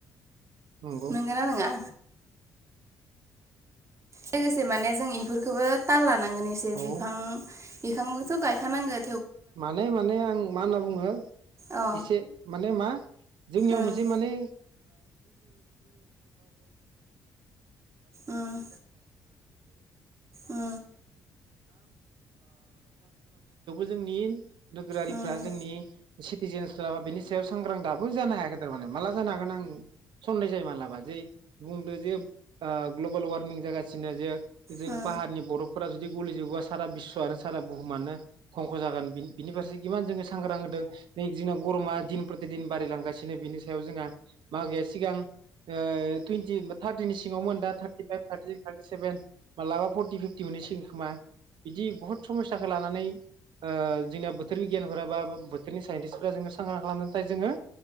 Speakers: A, on the right (about 55°); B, on the right (about 30°).
A: नंगौ
B: नोंगोना नोङा? लोगोसे माने जोंनि। इफोरखौबो ताल ला नांगोन एसे बिफां
A: औ
B: बिखांबोथ' गायखानांगोन।
A: माने माने आं मा होनना बुङो
B: अ
A: एसे माने मा जोंनियाव
B: ओं
A: मोनसे माने
B: उम उम
A: <unintelligible> जोंनि नोगोरारिफ्रा
B: उम
A: जोंनि सिटिजेेनसफ्रा बेनि सायाव सांग्रां दाबो जानो हायाखै थारमाने माला जानो हागोन आं सनदेह जायो मालाबा जे बुंदो जे ओ ग्लबोल वारमिं जागासिनो जे। जों
B: उम
A: पाहारनि बरब फोरा जुदि गलिजोबोबा सारा बिस्सव आरो सारा बुहुमानो खंख' जागोन बिन-बिनि फारसे गिमान जोङो सांग्रां होदों। नै दिना गरमा दिन प्रतिदिन। बारायलांगासिनो बिनि सायाव जोंहा मा गैया सिगां ओ टुइनटि थार्टिनि सिङावमोन दा थारटि फाइभ थार्टि सिस थारटि सेभेन मालाबा फरटि फिफटि मोनैसिगोन खोमा बिदि बुहुत समस्साखौ लानानै ओयो जोंनिया बोथोरनि गियानफोरा बा ब-बोथोरनि साइन्टिस्टफोरा जोङो सांग्रां खालामनो थाखाय जोङो